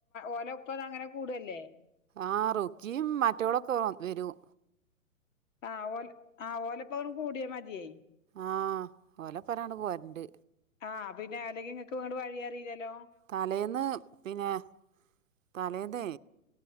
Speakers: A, on the left; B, on the right.
A: ഓലപ്പം അങ്ങനെ കൂട <inaudible> അല്ലേ
B: ആറുക്കിയും മറ്റോളൊക്കെ വരും
A: അ ഓല ആഓലപ്പം കൂടിയാൽ മതി
B: ആ ഓലെ പറരാണ് പോരുണ്ട്
A: ആ പിന്നെ അല്ലെങ്കിൽ നിങ്ങക്ക് ഇങ്ങോണ്ട് വഴി അറിയില്ലല്ലോ
B: തലേന്ന് പിന്നെ തലേന്ന്